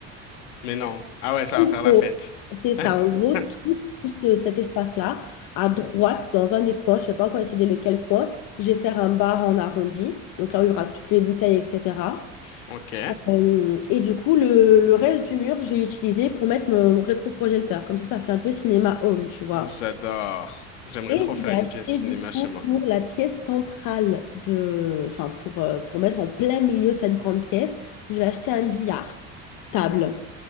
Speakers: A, on the left; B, on the left.
A: Mais non. Ah ouais, ça
B: En
A: va faire
B: gros,
A: la fête.
B: C'est ça,
A: <laughs>
B: en gros, tout, tout ce- cet espace-là, à droite, dans un des coins, je ne sais pas encore décidé lequel coin, je vais faire un bar en arrondi, donc là où il y aura toutes les bouteilles, etc.
A: Ok.
B: Euh, Et du coup, le, le reste du mur, je vais l'utiliser pour mettre mon rétroprojecteur. Comme ça, ça fait un peu cinéma home, tu vois.
A: J'adore. J'aimerais
B: Et
A: trop
B: je
A: faire
B: l'ai acheté
A: une pièce cinéma
B: du coup
A: chez
B: pour
A: moi.
B: la pièce centrale de, enfin pour, euh, pour mettre en plein milieu de cette grande pièce, je vais acheter un billard table.